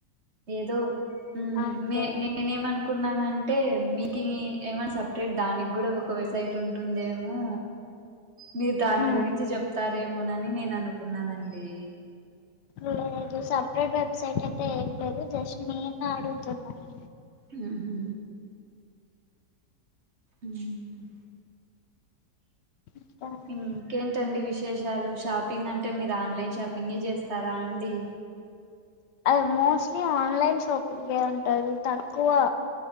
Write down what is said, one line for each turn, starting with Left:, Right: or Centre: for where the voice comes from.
Right: ఏదో ఉమ్
Left: ఓకే
Right: మే నే నేనేమనుకున్నానంటే మీకు ఏమన్నా సపరేట్ దానికి కూడా ఒక వెబ్సైట్ ఉంటుందేమో మీరు దాని
Left: ఆ
Right: గురించి చెప్తారేమోనని నేను అనుకున్నానండి
Left: లేదు సపరేట్ వెబ్సైట్ అయితే ఏం లేదు జస్ట్ నేను అడుగుతున్నాను
Right: ఉహు ఉమ్
Left: ఇంకా అండి
Right: ఇంకేంటండి విశేషాలు షాపింగ్ అంటే మీరు ఆన్లైన్ షాపింగే చేస్తారా అండి
Left: అద్ మోస్ట్లీ ఆన్లైన్ షాపింగే ఉంటాది తక్కువ